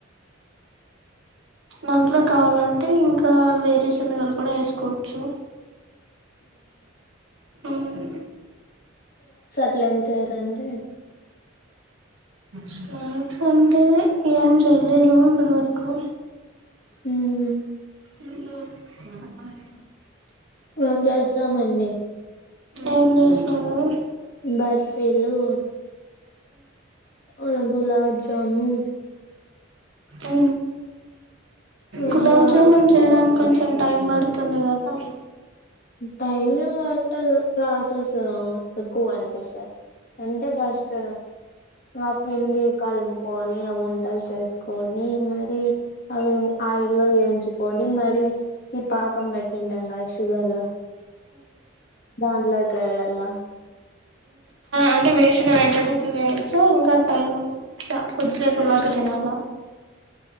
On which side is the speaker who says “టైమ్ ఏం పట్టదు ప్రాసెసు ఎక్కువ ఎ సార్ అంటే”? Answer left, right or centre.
Left